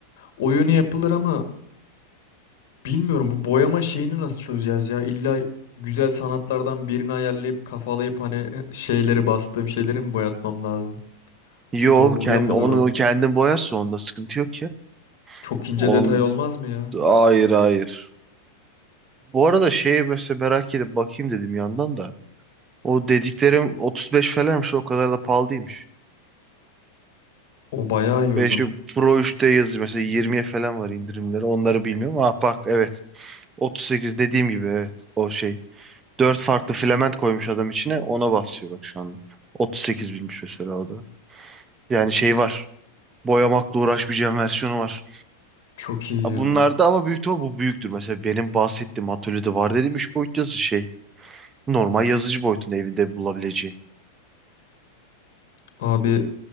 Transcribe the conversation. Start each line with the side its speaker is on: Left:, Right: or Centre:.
Left: Oyunu yapılır ama Bilmiyorum bu boyama şeyini nasıl çözeceğiz ya? İlla güzel sanatlardan birini ayarlayıp kafalayıp hani <laughs> şeyleri bastığım şeyleri mi boyatmam lazım?
Right: Yo
Left: Zor oluyor
Right: kendi
Left: mudur
Right: onu
Left: o?
Right: kendin boyarsın onda sıkıntı yok ya.
Left: Çok ince
Right: On
Left: detay olmaz mı ya?
Right: hayır hayır. Bu arada şeye mesela merak edip bakayım dedim yandan da. O dediklerim 35 falanmış o kadar da pahalı değilmiş.
Left: O bayağı iyi o
Right: 5
Left: zaman.
Right: Pro 3'te yazıyor mesela 20'ye falan var indirimleri onları bilmiyorum. Ah bak evet 38 dediğim gibi evet o şey Dört farklı filament koymuş adam içine. Ona basıyor bak şu anda. 38 binmiş mesela o da. Yani şey var. Boyamakla uğraşmayacağım versiyonu var.
Left: Çok iyi
Right: Ha,
Left: ya.
Right: Bunlarda ama büyük ihtimal bu büyüktür. Mesela benim bahsettiğim atölyede var dediğim 3 boyut yazı şey. Normal yazıcı boyutunda evinde bulabileceğin.
Left: Abi